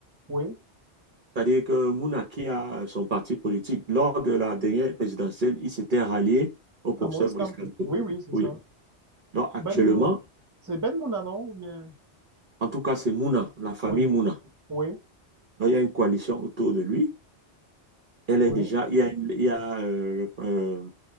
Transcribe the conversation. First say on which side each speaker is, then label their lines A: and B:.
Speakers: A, on the right; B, on the right.
A: Oui.
B: C'est-à-dire que Mouna, qui a son parti politique, lors de la dernière présidentielle, il s'était rallié au professeur
A: À Maurice
B: Maurice
A: Campo.
B: Kamto.
A: Oui, oui, c'est
B: Oui.
A: ça.
B: Donc actuellement,
A: Ben Moun. C'est Ben Mouna, non? Ou bien...
B: en tout cas, c'est Mouna, la famille
A: Oui,
B: Mouna.
A: oui,
B: Donc il y a une coalition autour de lui. Elle
A: oui,
B: est déjà, il y a, une- il y a euh, euh,